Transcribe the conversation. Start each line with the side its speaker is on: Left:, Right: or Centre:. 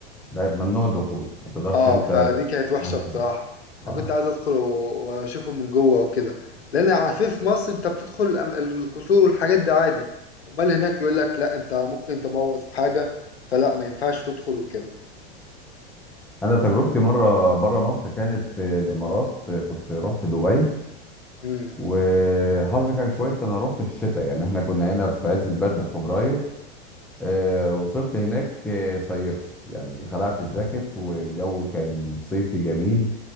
Centre: ده ممنوع الدخول ما تقدرش
Left: اه
Centre: انت
Left: فدي كانت وحشة
Centre: تتمشى
Left: بصراحة أنا
Centre: اه
Left: كنت عايز أدخل و- وأشوفه من جوه وكده لأن عارفين في مصر أنت بتدخل الأم- القصور والحاجات دي عادي أمال هناك يقول لك لا أنت ممكن تبوظ حاجة فلا ما ينفعش تدخل وكده
Centre: انا تجربتي مره بره مصر كانت في الامارات كنت رحت دبي
Left: مم.
Centre: وحظي كان كويس انا رحت في الشتاء يعني احنا كنا هنا في عز البرد في فبراير آه وصلت هناك آه، صيفت يعني خلعت الجاكيت والجو كان صيفي جميل